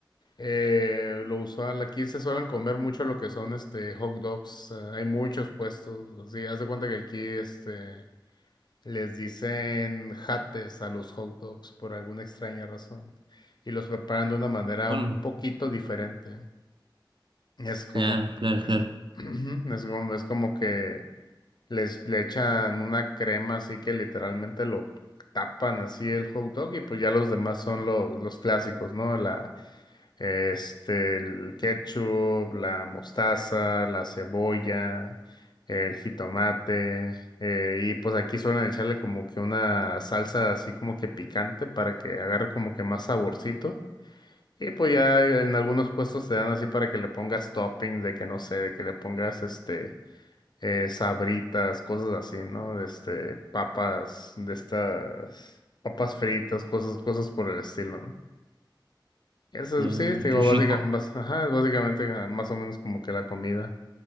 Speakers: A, on the left; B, on the right.
A: Eh, lo usual, aquí se suelen comer mucho lo que son este hot dogs. eh, hay muchos puestos. Así, haz de cuenta que aquí este les dicen jates a los hot dogs por alguna extraña razón. Y los preparan de una manera
B: Bueno,
A: un poquito diferente. Es como
B: claro, claro,
A: es,
B: claro.
A: <clears throat> es como, es como que les le echan una crema así que literalmente lo tapan así el hot dog y pues ya los demás son los, los clásicos, ¿no? la este, el ketchup, la mostaza, la cebolla, el jitomate, eh, y pues aquí suelen echarle como que una salsa así como que picante para que agarre como que más saborcito. Y pues ya en algunos puestos te dan así para que le pongas toppings de que no sé, de que le pongas este eh, sabritas, cosas así, ¿no? de Este, papas, de estas papas fritas, cosas, cosas por el estilo, no eso
B: Claro,
A: es- sí, te digo,
B: qué rico.
A: básica, bas- ajá, es básicamente ah, más o menos como que la comida.